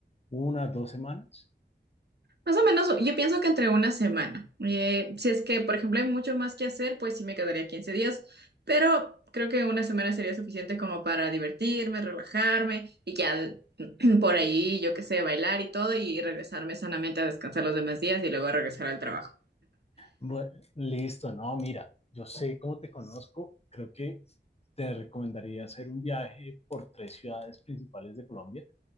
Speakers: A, on the left (about 35°); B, on the right (about 60°).
A: ¿Una, dos semanas?
B: Más o menos, yo pienso que entre una semana. Eh, si es que, por ejemplo, hay mucho más que hacer, pues sí me quedaría 15 días, pero creo que una semana sería suficiente como para divertirme, relajarme y ya <clears throat> por ahí, yo qué sé, bailar y todo y regresarme sanamente a descansar los demás días y luego a regresar al trabajo.
A: Bueno, listo, no, mira, yo sé cómo te conozco. Creo que te recomendaría hacer un viaje por tres ciudades principales de Colombia.